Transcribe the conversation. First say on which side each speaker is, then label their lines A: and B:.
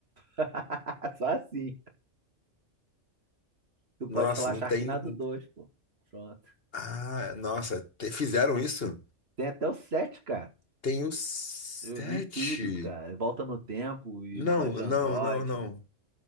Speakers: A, on the right; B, on the left.
A: <laughs> Só assim. Tu
B: Nossa,
A: pode falar
B: não
A: Sharknado
B: tem. um,
A: dois, pô. Pronto.
B: Ah, nossa, te- fizeram isso?
A: Tem até o 7, cara.
B: Tem os sete.
A: Eu vi tudo, cara. Volta no tempo e
B: Não,
A: negócio de Android.
B: não, não, não.